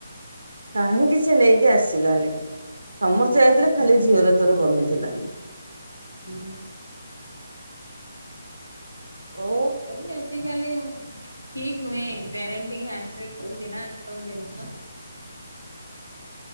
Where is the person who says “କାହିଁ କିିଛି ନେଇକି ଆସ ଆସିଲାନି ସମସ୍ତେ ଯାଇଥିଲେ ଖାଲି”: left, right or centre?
Right